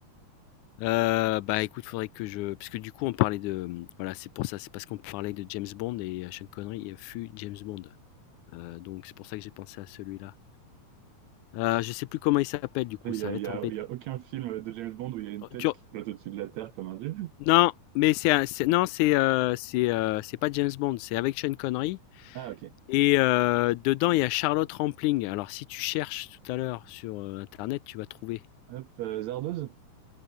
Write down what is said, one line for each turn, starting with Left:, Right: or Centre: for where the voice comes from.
Left: Euh, bah écoute, faudrait que je, parce que du coup on parlait de, mmh, voilà c'est pour ça, c'est parce qu'on parlait de James Bond et euh, Sean Connery euh, fut James Bond, Euh, donc c'est pour ça que j'ai pensé à celui-là. Heu, je sais plus comment il s'appelle du coup,
Right: il
Left: ça
Right: y a,
Left: va
Right: il
Left: être
Right: y a-
Left: embêtant.
Right: il y a aucun film de James Bond où il y a une
Left: Oh
Right: tête
Left: tu
Right: qui flotte au-dessus de la terre comme un dieu.
Left: non, mais c'est un c'est non, c'est, heu, c'est, heu, c'est pas James Bond, c'est avec Sean Connery
Right: Ah, ok.
Left: et heu, dedans, il y a Charlotte Rampling. Alors si tu cherches tout à l'heure sur, heu, internet, tu vas trouver.
Right: Hop, euh, Zardoz?